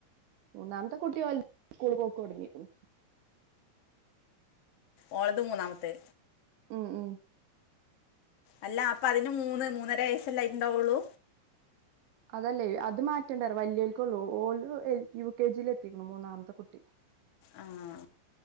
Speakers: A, on the right; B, on the left.
A: മൂന്നാമത്തെ കുട്ടിയോൽ സ്കൂള് പോക്കൊട്ങ്ങിക്ക്ണ്.
B: ഓളത് മൂന്നാമത്തെ
A: ഉം, ഉം
B: അല്ല അപ്പൊ അതിന് മൂന്ന് മൂന്നര വയസ്സല്ലേ അയ്ട്ട്ണ്ടാവൊള്ളൂ.
A: അതല്ലേയ് അത് മാറ്റേണ്ടറ വല്ല്യോൽകൊള്ളൂ ഓൽത് എൽ യു കെ ജി ലെത്തിക്ക്ണു മൂന്നാമത്തെ കുട്ടി.
B: ആഹ്